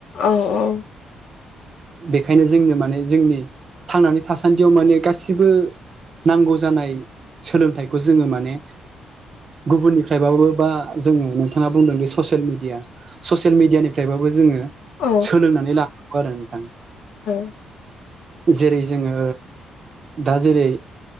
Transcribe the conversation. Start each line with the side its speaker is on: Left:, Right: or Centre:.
Left: औ-औ।
Right: बेखायनो जोंनो माने जोंनि थांनानै थासान्दियाव माने गासिबो नांगौ जानाय सोलोंथाइखौ जोङो माने गुबुननिफ्रायबाबो बा जोंङो नोंथाङा बुंदोंदि ससियेल मिडिया ससियेल मिडियानिफ्रायबाबो जोंङो
Left: औ
Right: सोलोंनानै ला नांगौ आरो नोंथां
Left: औ
Right: जेरै जोंङो दा जेरै